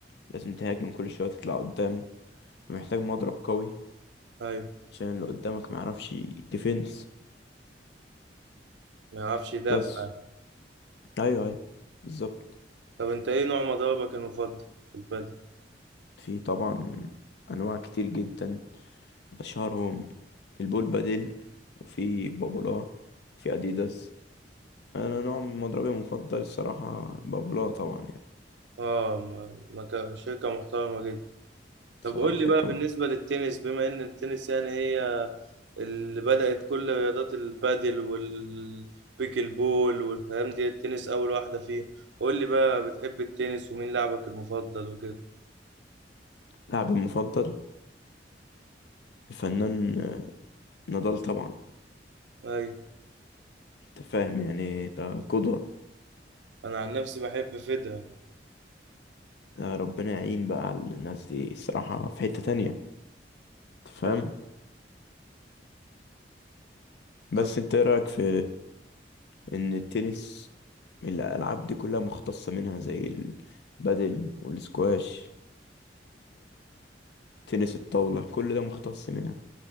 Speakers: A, on the left (about 65°); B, on the right (about 85°).
A: لازم تهاجم كل شوية تطلع قدام فمحتاج مضرب قوي
B: أيوة
A: عشان اللي قدامك معرفش ديفنس
B: ما يعرفش يدافع
A: بس
B: يعني.
A: ايوه ايوه بالظبط
B: طب أنت إيه نوع مضاربك المفضل في البادل؟
A: في طبعا انواع كتير جدا أشهرهم البول بادل وفي بابولا في أديداس أنا نوع من مضربي المفضل الصراحة بابولا طبعا يعني
B: آه م- مكا- شركة محترمة جدا طب
A: صراحة
B: قول
A: شركة
B: لي بقى بالنسبة
A: ما
B: للتنس بما إن التنس يعني هي اللي بدأت كل رياضات البادل والبيكل بول والكلام دي التنس أول واحدة فيهم قول لي بقى بتحب التنس ومين لاعبك المفضل وكده
A: لاعبي المفضل الفنان آه، نضال طبعا
B: أيوة
A: أنت فاهم يعني ده قدوة
B: أنا عن نفسي بحب فيدرر
A: ده ربنا يعين بقى على الناس دي الصراحة في حتة تانية أنت فاهم
B: أيوة
A: بس
B: طب
A: أنت إيه رأيك في إن التنس الألعاب دي كلها مختصة منها زي البادل والسكواش تنس الطاولة كل ده مختص منها